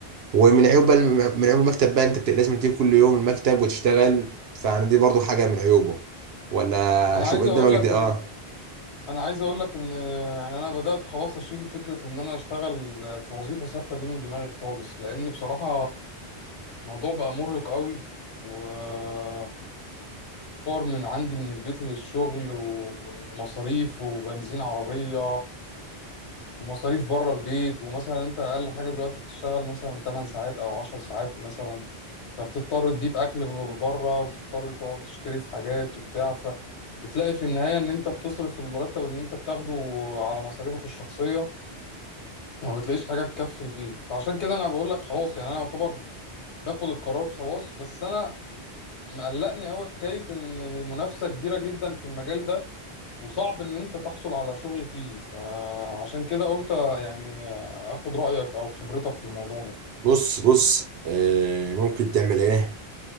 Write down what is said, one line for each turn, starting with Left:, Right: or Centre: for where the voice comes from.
Right: ومن عيوب بقى الم- من عيوب المكتب بقى انت بت- لازم تيجي كل يوم المكتب وتشتغل فانا دي برضو حاجه من عيوبه ولا
Left: انا
Right: شوف
Left: عايز
Right: قدامك
Left: اقول لك
Right: دي اه
Left: انا عايز اقول لك ان يعني انا بدات خلاص اشيل فكره ان انا اشتغل في وظيفه ثابته دي من دماغي خالص لان بصراحه الموضوع بقى مرهق قوي ومشوار من عندي من البيت للشغل ومصاريف وبنزين عربيه ومصاريف بره البيت ومثلا انت اقل حاجه دلوقتي بتشتغل مثلا 8 ساعات او 10 ساعات مثلا فبتضطر تجيب اكل بره وبتضطر تقعد تشتري في حاجات وبتاع فبتلاقي في النهايه ان انت بتصرف المرتب اللي انت بتاخده على مصاريفك الشخصيه ما بتلاقيش حاجه تكفي البيت فعشان كده انا بقول لك خلاص يعني انا يعتبر باخد القرار خلاص بس انا مقلقني قوي حكاية إن المنافسة كبيرة جدا في المجال ده وصعب إن أنت تحصل على شغل فيه فعشان كده قلت يعني آخد رأيك أو خبرتك في الموضوع ده
Right: بص بص آه، ممكن تعمل ايه